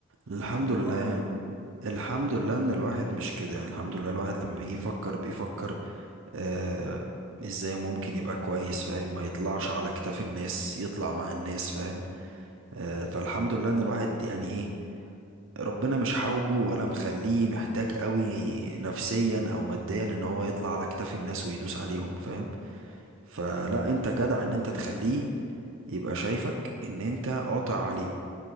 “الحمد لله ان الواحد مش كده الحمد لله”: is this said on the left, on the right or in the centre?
Right